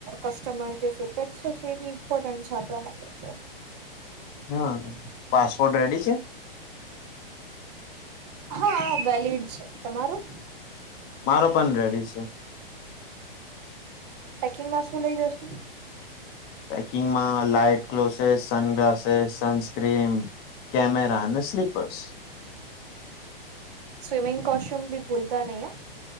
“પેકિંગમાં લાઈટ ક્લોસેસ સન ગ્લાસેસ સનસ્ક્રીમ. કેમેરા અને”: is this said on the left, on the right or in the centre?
Left